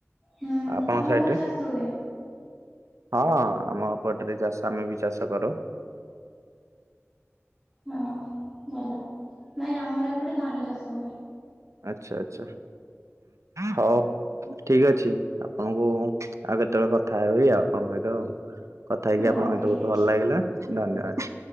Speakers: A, in the centre; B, on the right.
A: ହୁଁ
B: ଆପଣଙ୍କ
A: ତମ
B: ସାଇଟରେ।
A: ଘରେ ଚାଷ ହୁଏ?
B: ହଁ ଆମ ଏପଟରେ ଚାଷ ଆମେ ବି ଚାଷ କରୁ।
A: ହଁ, ଭଲ। ନାଇଁ ଆମର ଏପଟେ ଧାନ ଚାଷ ହୁଏ।
B: ଆଚ୍ଛା ଆଚ୍ଛା ହଉ। ଠିକ୍ ଅଛି ଆପଣଙ୍କୁ ଆଉ କେତେବେଳେ କଥା ହେବି ଆଉ ଆପଣଙ୍କ ସହିତ ଆଉ। କଥା ହେଇକି
A: ହଉ
B: ଆପଣଙ୍କ ସହିତ
A: ଠିକ
B: ବହୁତ
A: ଅଛି।
B: ଭଲ ଲାଗିଲା, ଧନ୍ୟବାଦ।